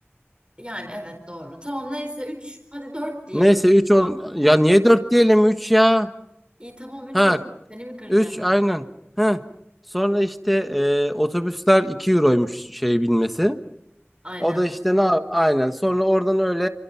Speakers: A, on the right (about 25°); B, in the centre.
A: Yani evet doğru. Tamam neyse 3 hadi 4 diyelim
B: Neyse 3
A: konaklamaya.
B: on ya niye 4 diyelim 3 ya?
A: İyi tamam üç
B: Ha
A: oldu. Seni mi kıracağım
B: 3 aynen.
A: ben?
B: ha Sonra işte e, otobüsler 2 euroymuş şey binmesi.
A: Aynen.
B: O da işte ne yap- aynen. Sonra oradan öyle